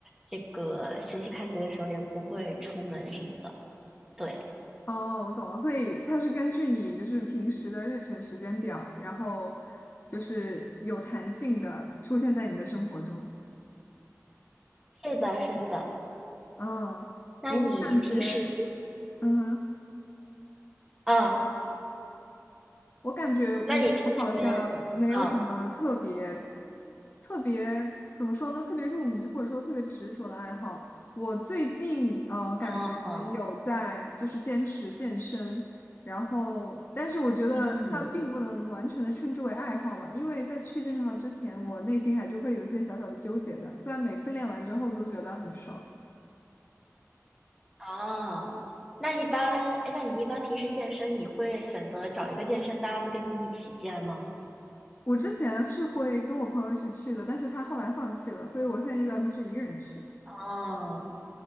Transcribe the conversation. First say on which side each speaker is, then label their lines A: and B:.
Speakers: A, in the centre; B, on the left (about 40°).
A: 这个学习开学的时候也不会出门什么的。对，
B: 哦，我懂了，所以它是根据你就是平时的日程时间表，然后就是有弹性的出现在你的生活中。
A: 是的，是的。
B: 嗯，
A: 那你平时，
B: 我感觉，嗯哼。
A: 啊，
B: 我感觉我好像没有什么特别、
A: 那你平时，啊
B: 特别怎么说呢？特别入迷或者说特别执着的爱好。我最近呃，
A: 啊，
B: 感觉有在就是坚持健身，然后但是我觉得它并不能完全的称之为爱好吧，
A: 嗯。
B: 因为在去健身房之前，我内心还是会有一些小小的纠结的。虽然每次练完之后都觉得很爽，
A: 哦，那一般，哎，那你一般平时健身，你会选择找一个健身搭子跟你一起健吗？
B: 我之前是会跟我朋友一起去的，但是他后来放弃了，所以我现在一般都是一个人去。
A: 哦，